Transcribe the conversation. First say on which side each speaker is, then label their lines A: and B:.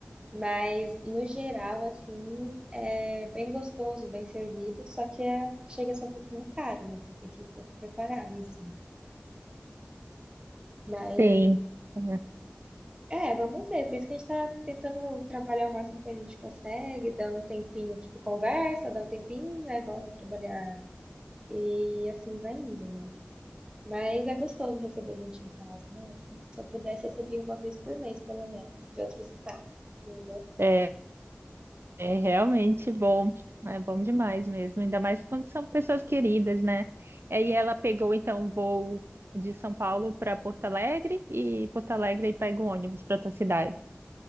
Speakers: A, on the right; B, on the right.
A: Mas, no geral, assim, é bem gostoso, bem servido. Só que é, chega a ser um pouquinho caro, né? Então tem que ir um pouco preparado em si. Mas,
B: Sim. <laughs>
A: é, vamos ver. Por isso que a gente tá tentando trabalhar o máximo que a gente consegue. Dá um tempinho, tipo, conversa, dá um tempinho, aí volta a trabalhar. E assim vai indo, né? Mas é gostoso receber gente em casa, né? Se se eu pudesse, receber uma vez por mês, pelo menos, de outros estados. assim, né?
B: É, é realmente bom, é bom demais mesmo, ainda mais quando são pessoas queridas, né? Aí ela pegou então um voo de São Paulo para Porto Alegre e Porto Alegre aí pega um ônibus para tua cidade.